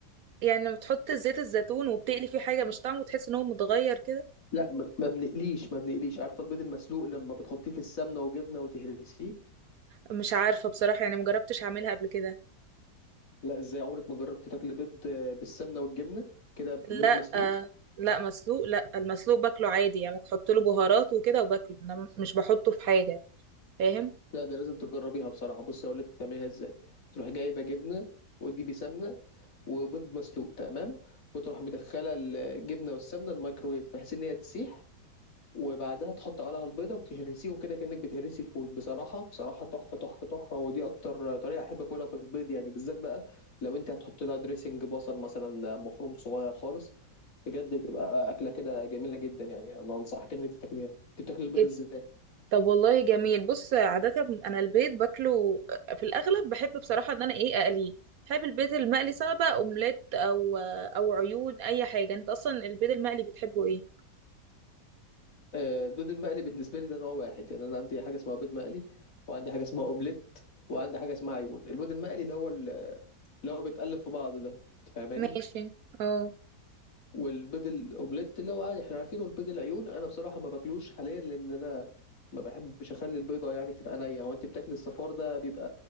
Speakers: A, on the right; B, on the left.
A: يعني لما بتحط زيت الزيتون وبتقلي فيه حاجه مش طعمه تحس ان هو متغير كده
B: لا ما ما بنقليش ما بنقليش عارفه البيض المسلوق لما بتحطيه في السمنه وجبنه وتهرسيه
A: مش عارفه بصراحه يعني مجربتش اعملها قبل كده
B: لا ازاي عمرك ما جربتي تاكلي بيض آه، بالسمنه والجبنه كده بيض
A: لا
B: مسلوق
A: آه لا مسلوق لا المسلوق باكله عادي يعني بحط له بهارات وكده وباكله انا مش بحطه في حاجه فاهم
B: لا ده لازم تجربيها بصراحه بصي اقول لك تعمليها ازاي تروحي جايبه جبنه وتجيبي سمنه وبيض مسلوق تمام وتروح مدخله الجبنه والسمنه الميكرويف بحيث ان هي تسيح وبعدها تحط عليها البيضه وتهرسيهم كده كانك بتهرسي الفول بصراحه بصراحه تحفه تحفه تحفه ودي اكتر طريقه احب اكلها في البيض يعني بالذات بقى لو انت هتحط لها دريسنج بصل مثلا مفروم صغير خالص بجد تبقى اكله كده جميله جدا يعني انا انصحك ان انت تاكليها انت بتاكل البيض
A: إيه
B: ازاي
A: ده؟ طب والله جميل بص عاده انا البيض باكله في الاغلب بحب بصراحه ان انا ايه اقليه بحب البيض المقلي سواء بقى اومليت او او عيون اي حاجه انت اصلا البيض المقلي بتحبه ايه
B: آه، البيض المقلي بالنسبه لي ده نوع واحد يعني انا عندي حاجه اسمها بيض مقلي وعندي حاجه اسمها اوبليت وعندي حاجه اسمها عيون البيض المقلي اللي هو اللي هو بيتقلب في بعضه ده فاهماني
A: ماشي اه
B: والبيض الاومليت اللي هو عادي احنا عارفينه البيض العيون انا بصراحه ما باكلوش حاليا لان انا ما بحبش اخلي البيضه يعني تبقى نيه هو انت بتاكل الصفار ده بيبقى